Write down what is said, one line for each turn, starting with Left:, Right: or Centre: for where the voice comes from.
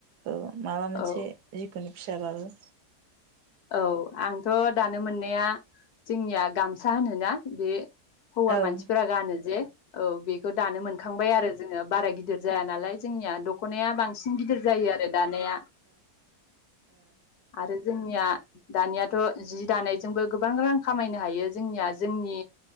Right: औ माबा मोनसे
Left: औ
Right: जिखुन फिसाबाबो
Left: औ आंथ' दानो मोननाया जोंनिया गामसा होनोना बे हौवा
Right: आजिखालिथ'
Left: मानसिफोरा गानो जे औ बेखौ दानो मोनखांबाय आरो जोङो बारा गिदिर जाया नालाय जोंनिया दख'नाया बांसिन गिदिर जायो आरो दानाया आरो जोंनिया दानियाथ' जि दानायजोंबो गोबां रां खामायनो हायो जोंनिया जोंनि